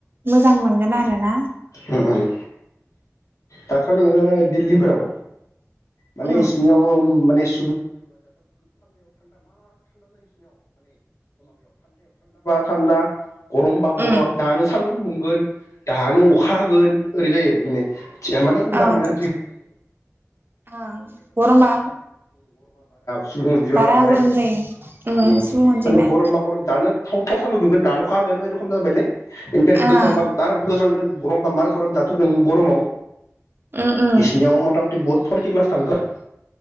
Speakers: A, on the right (about 45°); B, on the left (about 80°).
A: मोजां मोनगोन आरो ना
B: उम उम दाथ' नोङो दिल्लीफोराव माने
A: उम
B: इसिनियाव माने <inaudible> थान्दा गरमबा
A: औ
B: गरम दानो सान्दुं दुंगोन दानो अखा होगोन ओरै जायो माने <unintelligible> मा
A: ओं
B: बारा
A: ओं गरमा
B: सुबुं अनजिबा
A: बारा
B: बांबाय
A: गरम जायो उम
B: माने
A: सुबुं अनजिमाया
B: गरमबा गरम दानो <unintelligible>
A: ओं
B: गरमबा मार गरम दाथ नोङो गरमाव
A: उम उम
B: इसिनियाव मथामथि बहुत फर्टि प्लास थांगोन